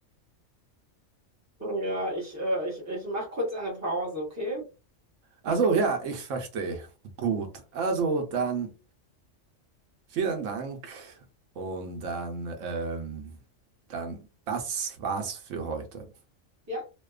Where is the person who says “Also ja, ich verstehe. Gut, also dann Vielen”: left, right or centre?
Right